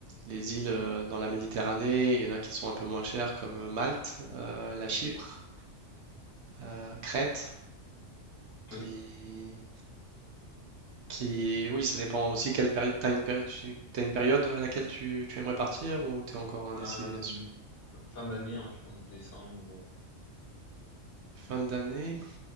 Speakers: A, on the right (about 65°); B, on the left (about 65°).
A: les îles euh, dans la Méditerranée, il y en a qui sont un peu moins chères, comme euh, Malte, euh, la Chypre,
B: oui.
A: euh, Crète, qui,
B: oui.
A: qui... Oui, ça dépend aussi quelle période... T'as une péri- tu- t'as une période à laquelle tu, tu aimerais partir ou t'es encore indécis
B: Euh,
A: là-dessus?
B: fin d'année, hein, je pense décembre. ou-
A: Fin d'année?